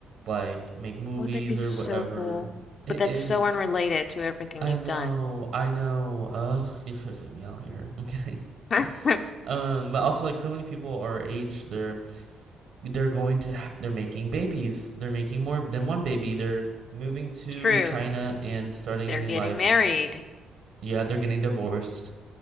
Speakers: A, on the right; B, on the left.
A: like make movies
B: Oh, that'd be
A: or
B: so
A: whatever.
B: cool.
A: It
B: But that's
A: is.
B: so unrelated to everything
A: I
B: you've
A: know.
B: done.
A: I know. Ugh, you're stressing me out here. <laughs> I'm kidding.
B: <laughs>
A: Um, but also like so many people our age, they're they're going to ha- they're making babies. They're making more than one baby. They're moving to
B: True.
A: China and starting
B: They're
A: a new
B: getting
A: life.
B: married.
A: Yeah, they're getting divorced.